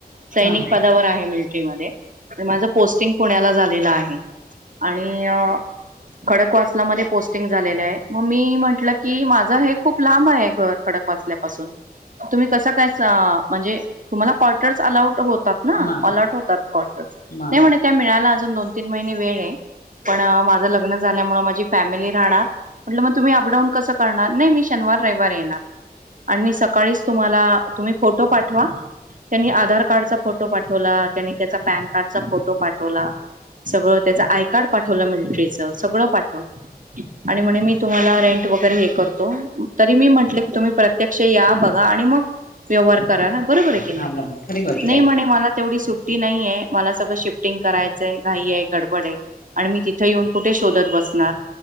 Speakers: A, on the right; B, on the left.
A: सैनिक
B: हा
A: पदावर आहे मिलटरीमध्येध्ये- माझं पोस्टिंग पुण्याला झालेलं आहे. आणि खडक वासला मध्ये पोस्- झालेला आहे मग मी म्हटलं की माझा घर लांब आहे खडकवासल्यापासून. तुम्ही कसं काय म्हणजे तुम्हाला क्वार्टर्स अलाउड होत-
B: म
A: अलर्ट होतात कर
B: म
A: नाही म्हणे त्या मिळायला अजून दोन तीन महिने वेळ आहे. पण माझं लग्न झाल्या मूळ माझी फॅमिली- राहणार मग मी शनिवार रविवार मध्ये अपडाऊन करणार. आणि मी सकाळीच तुम्हाला तुम्ही फोटो पाठवा. त्यांनी आधार कार्डचा फोटो पाठवला त्यांनी त्याचा पॅन कार्डचा फोटो पाठवला. सगळं त्याचं आय कार्ड पाठवलं मिलिट्रीचं सगळं पाठव. आणि म्हणे मी तुम्हाला रेंट वगैरे हे करतो तरी मी म्हटले की तुम्ही प्रत्यक्ष या बघा. आणि मग व्यवहार करा न बरोबर
B: हा बर खरी गोष्ट
A: नाही
B: आहे
A: म्हणे मला तेवढी सु- ी नाहीे मला सगळं शिफ्टिंग करायचंय घाई आहे गडबड आहे आणि मी तिथे येऊन कुठे शोधत बसतो? णार.